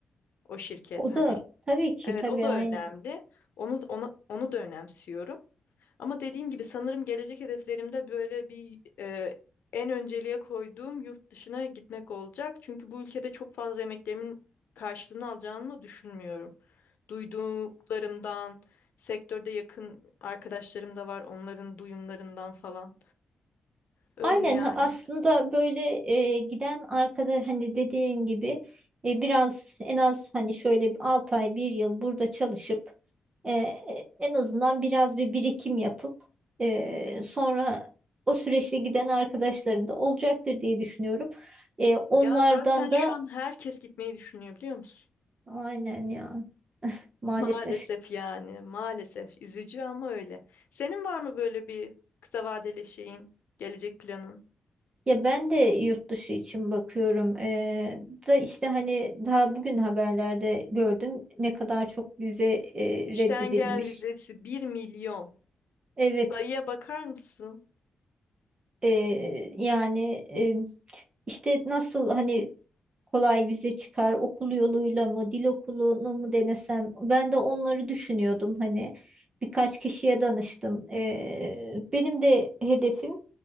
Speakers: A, on the left (about 70°); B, on the right (about 30°).
A: o şirket
B: O
A: hani.
B: da tabii ki
A: Evet
B: tabii
A: o da
B: aynen.
A: önemli. Onu onu onu da önemsiyorum. Ama dediğim gibi sanırım gelecek hedeflerimde böyle bir e, en önceliğe koyduğum yurt dışına gitmek olacak. Çünkü bu ülkede çok fazla emeklerimin karşılığını alacağını düşünmüyorum. Duyduklarımdan, sektörde yakın arkadaşlarım da var, onların duyumlarından falan. Öyle
B: Aynen
A: yani.
B: ha- aslında böyle e, giden arkada hani dediğin gibi e, biraz en az hani şöyle 6 ay bir yıl burada çalışıp e, e, en azından biraz bir birikim yapıp e, sonra o süreçte giden arkadaşların da olacaktır diye düşünüyorum. E, onlardan
A: Ya zaten
B: da
A: şu an herkes gitmeyi düşünüyor biliyor musun?
B: aynen ya
A: <laughs>
B: maalesef
A: Maalesef yani, maalesef. Üzücü ama öyle. Senin var mı böyle bir kısa vadeli şeyin, gelecek planın?
B: Ya ben de yurt dışı için bakıyorum. Ee, da işte hani daha bugün haberlerde gördüm ne kadar çok vize e,
A: Schengen
B: reddedilmiş.
A: vizesi bir milyon.
B: Evet
A: Sayıya bakar mısın?
B: e, yani e, işte nasıl hani kolay vize çıkar okul yoluyla mı dil okulunu mu denesem ben de onları düşünüyordum hani birkaç kişiye danıştım. Ee, benim de hedefim